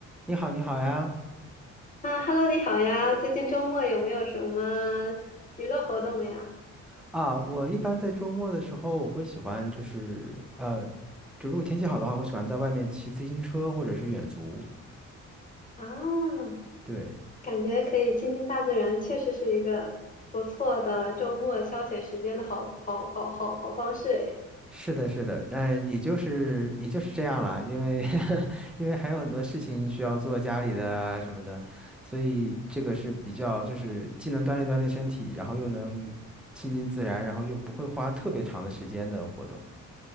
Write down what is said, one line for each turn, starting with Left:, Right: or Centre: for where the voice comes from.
Centre: 你好，你好呀！
Left: 啊，Hello，你好呀！最近周末有没有什么娱乐活动呀？
Centre: 啊，我一般在周末的时候，我会喜欢就是呃，就如果天气好的话，我喜欢在外面骑自行车或者是远足。
Left: 啊，
Centre: 对，
Left: 感觉可以亲近大自然，确实是一个不错的周末消遣时间的好好好好好方式诶。
Centre: 是的，是的，但也就是也就是这样啦，因为 <laughs> 因为还有很多事情需要做，家里的啊什么的，所以这个是比较就是既能锻炼锻炼身体，然后又能亲近自然，然后又不会花特别长的时间的活动。